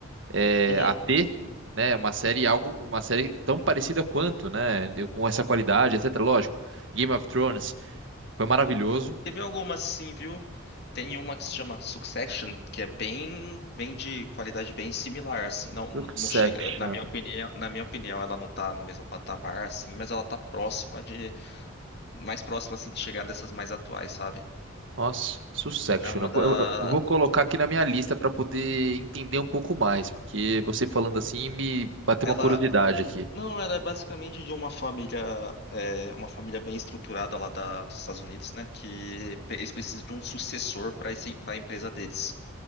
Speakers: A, on the right (about 60°); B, on the left (about 50°).
A: é,
B: uhum.
A: a ter, né, uma série algo, uma série tão parecida quanto, né, de- com essa qualidade, etc. Lógico, Game of Thrones foi maravilhoso.
B: Teve algumas sim, viu? Tem uma que se chama Succession, que é bem, bem de qualidade bem similar, assim. Não, não
A: Succession,
B: chega, na minha opinião, na minha opinião, ela não tá no mesmo patamar, assim, mas ela tá próxima de, mais próxima, assim, de chegar dessas mais atuais, sabe?
A: nossa, Succession.
B: É uma
A: Eu
B: da,
A: vou, eu- eu vou colocar aqui na minha lista para poder entender um pouco mais, porque você falando assim me bateu
B: ela,
A: uma curiosidade aqui.
B: não, ela é basicamente de uma família, é, uma família bem estruturada lá da, dos Estados Unidos, né? Que pe- eles precisam de um sucessor para para a empresa deles.